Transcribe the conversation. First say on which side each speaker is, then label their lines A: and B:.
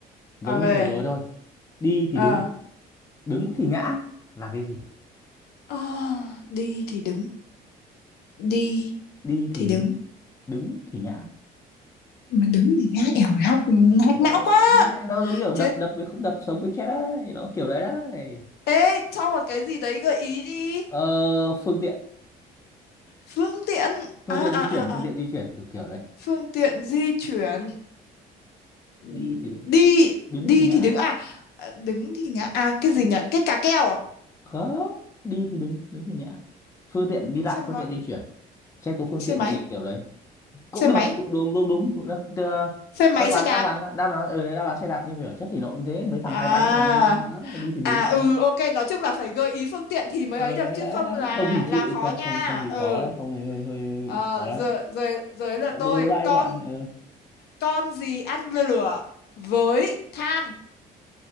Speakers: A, on the left; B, on the left.
A: giống
B: ok
A: như vừa rồi thôi đi thì
B: ờ
A: đứng đứng thì ngã là cái gì
B: Ờ, đi thì đứng đi
A: đi thì
B: thì
A: đứng
B: đứng
A: đứng thì ngã
B: mà đứng thì ngã ẻo hóc hóc
A: đấy,
B: não quá
A: thế này nó giống kiểu đập
B: chết
A: đập với không đập sống với chết đấy nó kiểu đấy đấy
B: ê cho một cái gì đấy gợi ý đi
A: ờ, phương tiện
B: phương tiện
A: phương
B: à
A: tiện
B: à
A: di
B: à
A: chuyển
B: à
A: phương tiện di chuyển kiểu kiểu đấy
B: phương tiện di chuyển ừ,
A: đi thì đứng
B: đi
A: đứng
B: đi
A: thì ngã
B: thì đứng à à, đứng thì ngã à cái gì nhỉ cái cà keo à
A: không đi thì đứng đứng thì ngã phương tiện đi lại
B: xe
A: phương
B: máy
A: tiện di chuyển xem có phương
B: xe
A: tiện
B: máy
A: gì kiểu đấy cũng
B: xe
A: được
B: máy
A: cũng đúng đúng đúng cũng được Tức là
B: xe máy
A: đáp án
B: xe đạp
A: đáp án đáp án ừ đấy đáp án xe đạp nhưng về bản chất thì nó cũng thế mấy thằng
B: à
A: hai bánh là ngang ngang nữa đi thì đứng
B: à ừ
A: đứng.
B: ok nói chung là phải gợi ý phương tiện thì mới
A: ờ
B: ấy được
A: đấy
B: chứ
A: đấy
B: không
A: đấy
B: là
A: không thì
B: là
A: chịu
B: khó
A: không
B: nha
A: không không thì
B: ừ
A: khó đấy không thì hơi hơi, hơi
B: ờ
A: khó đấy
B: giờ giờ giờ là
A: Ờ,
B: tôi
A: đố đố lại
B: con
A: đi bạn ừ.
B: con gì ăn lửa với than